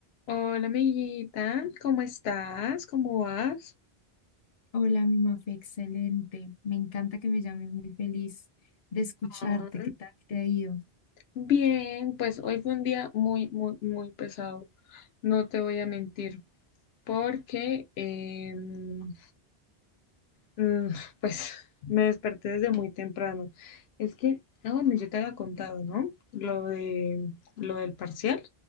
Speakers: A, on the left; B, on the left.
A: Hola, amiguita, ¿cómo estás? ¿Cómo vas?
B: Hola, mi Mafe, excelente. Me encanta que me llames, muy feliz de escucharte.
A: Ah,
B: ¿Qué tal te ha ido?
A: Bien, pues hoy fue un día muy, muy, muy pesado, no te voy a mentir, porque em, mm, <laughs> pues me desperté desde muy temprano. Es que, ah, bueno, yo te había contado, ¿no? Lo de, lo del parcial,